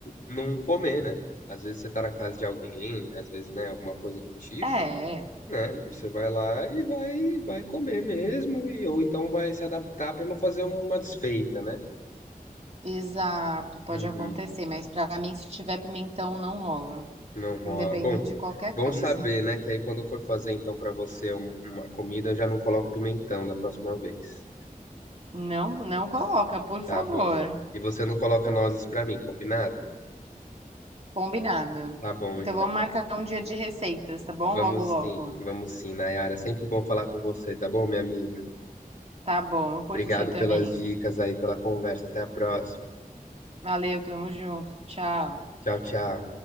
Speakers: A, on the left; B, on the right.
A: não comer, né? Às vezes você tá na casa de alguém, às vezes, né, alguma coisa do tipo,
B: É, é.
A: né? Você vai lá e vai vai comer mesmo e ou então vai se adaptar pra não fazer uma desfeita, né?
B: Exato, pode
A: Uhum,
B: acontecer, mas pra mim, se tiver pimentão, não rola.
A: não rola.
B: Independente
A: Bom,
B: de qualquer
A: bom
B: coisa.
A: saber, né, que aí quando eu for fazer então pra você um- uma comida, eu já não coloco pimentão da próxima vez.
B: Não, não coloca, por favor.
A: Tá bom. E você não coloca nozes pra mim, combinado?
B: Combinado.
A: Tá bom,
B: Então
A: então.
B: vamos marcar um dia de receitas, tá bom?
A: Vamos
B: Logo, logo.
A: sim, vamos sim, Nayara. Sempre bom falar com você, tá bom, minha amiga?
B: Tá bom, eu curti
A: Obrigado
B: também.
A: pelas dicas aí, pela conversa. Até a próxima.
B: Valeu, tamo junto. Tchau.
A: Tchau, tchau.